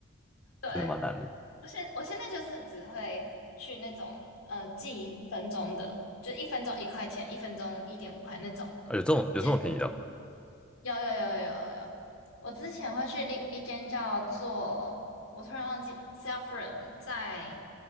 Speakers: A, on the left (about 85°); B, in the centre.
A: <laughs> 对。
B: 真的蛮难的。
A: 我现我现在就是只会去那种呃记一分钟的，就一分钟一块钱，一分钟一点五块那种
B: 啊，有这种有这种便宜的哦
A: 健身。有有有有有有，我之前会去另一间叫做我突然忘记 Self r o n m 在